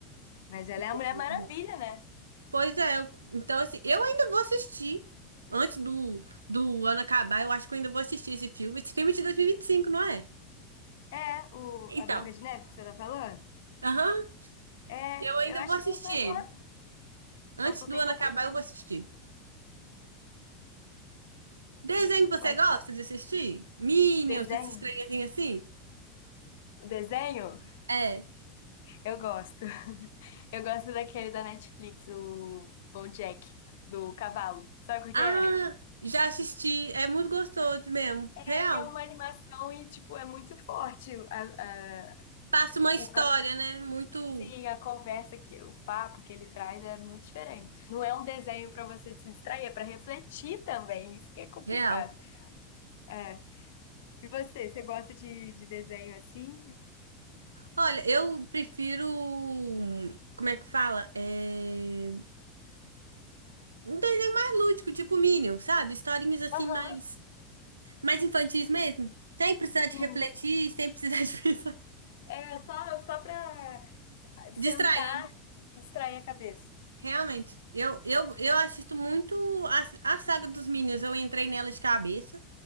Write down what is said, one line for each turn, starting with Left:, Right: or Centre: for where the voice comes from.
Left: Mas ela
Right: ficou
Left: é a Mulher
Right: muito
Left: Maravilha, né?
Right: Pois é, eu- então assim, eu ainda vou assistir. Antes do, do ano acabar, eu acho que eu ainda vou assistir esse filme. Esse filme é de 2025, não é?
Left: É, o,
Right: Então,
Left: a Branca de Neve que você tá falando?
Right: aham,
Left: É,
Right: eu ainda
Left: eu acho
Right: vou assistir
Left: que lançou agora.
Right: ele. Antes
Left: Lançou
Right: do
Left: tem
Right: ano
Left: pouco
Right: acabar,
Left: tempo.
Right: eu vou assistir. Desenho
Left: É, tem-
Right: que
Left: eu
Right: você
Left: acho.
Right: gosta de assistir? Minions,
Left: Desenho.
Right: esses trenzinhos assim?
Left: Desenho?
Right: É.
Left: Eu gosto. <laughs> Eu gosto daquele da Netflix, o BoJack, do cavalo. Sabe qual
Right: Ah,
Left: que é?
Right: já assisti. É muito gostoso mesmo.
Left: É,
Right: Real.
Left: é uma animação e, tipo, é muito forte. A, a,
Right: Passa uma história,
Left: o- a-
Right: né? Muito
Left: sim, a conversa, que, o papo que ele traz é muito diferente. Não é um desenho pra você se distrair, é pra refletir também. Isso que é complicado.
Right: real.
Left: É. E você, você gosta de, de desenho assim?
Right: Olha, eu prefiro. um, Como é que fala? É... Um desenho mais lúdico, tipo Minion, sabe? Historinhas assim
Left: Aham,
Right: mais, mais infantis mesmo. Sem precisar de
Left: sim.
Right: refletir, sem precisar de <laughs> pensar.
Left: É só, só pra
Right: Distrair,
Left: sentar e distrair a cabeça.
Right: realmente. Eu, eu, eu assisto muito a, a saga dos Minions. Eu entrei nela de cabeça.